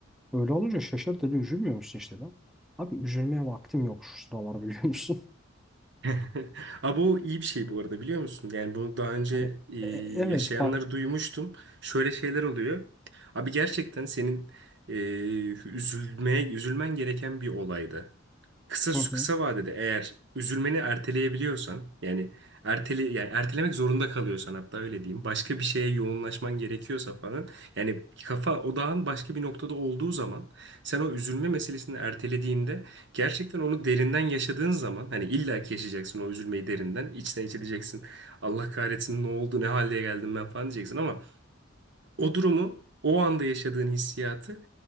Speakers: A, in the centre; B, on the right.
A: Öyle olunca şaşır dedi üzülmüyor musun işte dedim. Abi üzülmeye vaktim yok şu sıralar biliyor musun? <laughs>
B: <laughs> Abi o iyi bir şey bu arada biliyor musun? Yani bunu daha önce
A: Hani
B: e,
A: e- evet
B: yaşayanları
A: bak
B: duymuştum. Şöyle şeyler oluyor. Abi gerçekten senin e, üzülmeye üzülmen gereken bir olaydı. kısa
A: hı hı,
B: kısa vadede eğer üzülmeni erteleyebiliyorsan yani ertele yani ertelemek zorunda kalıyorsan hatta öyle diyeyim başka bir şeye yoğunlaşman gerekiyorsa falan yani kafa odağın başka bir noktada olduğu zaman sen o üzülme meselesini ertelediğinde gerçekten onu derinden yaşadığın zaman hani illa ki yaşayacaksın o üzülmeyi derinden içten içe diyeceksin Allah kahretsin ne oldu ne hale geldim ben falan diyeceksin ama o durumu, o anda yaşadığın hissiyatı